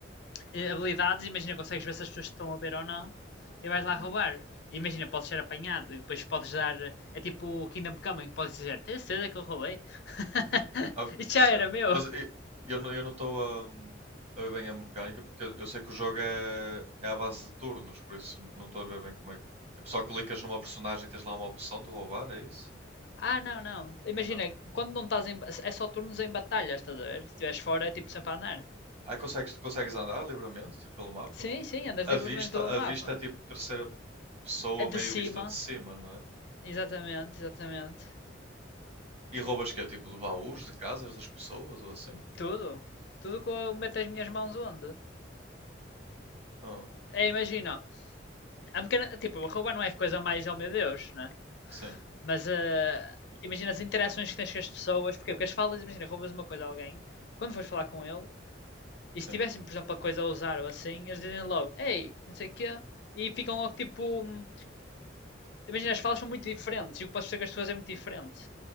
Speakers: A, on the left (about 60°); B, on the right (about 35°).
A: eh, habilidades, imagina, consegues ver se as pessoas te estão a ver ou não e vais lá
B: Hum.
A: roubar. Imagina, podes ser apanhado e depois podes dar. eh, É tipo o Kingdom Come, em que podes dizer: Tens certeza que eu roubei? <laughs>
B: Ok,
A: Isto
B: certo.
A: já era meu.
B: Mas e- eu, não- eu não estou a, a ver bem a mecânica, porque eu sei que o jogo é, é à base de turnos, por isso não estou a ver bem como é que. Tipo, só clicas numa personagem e tens lá uma opção de roubar, é isso?
A: Ah, não, não. Imagina,
B: Então.
A: quando não estás em. É só turnos em batalha, estás a ver? Se estiveres fora, é tipo sempre a andar.
B: Aí consegues, consegues andar livremente, tipo, pelo mapa?
A: Sim, sim, andas
B: A
A: livremente
B: vista,
A: pelo mapa.
B: a vista é tipo terceira pessoa,
A: É de
B: meio
A: cima,
B: vista de cima, não é?
A: exatamente, exatamente.
B: E roubas que é tipo de baús, de casas das pessoas ou assim?
A: Tudo. Tudo que eu meto as minhas mãos onde.
B: Ah,
A: É, imagina, a mecânica, tipo, roubar não é coisa mais, oh meu Deus, né?
B: sim,
A: Mas eh, imagina as interações que tens com as pessoas, porquê? Porque as falas, imagina, roubas uma coisa a alguém, quando fores falar com ele, e
B: sim.
A: se tivessem, por exemplo, a coisa a usar ou assim, eles dizem logo, ei, não sei o quê, e ficam logo tipo. hum, Imagina, as falas são muito diferentes e o que podes dizer com as pessoas é muito diferente.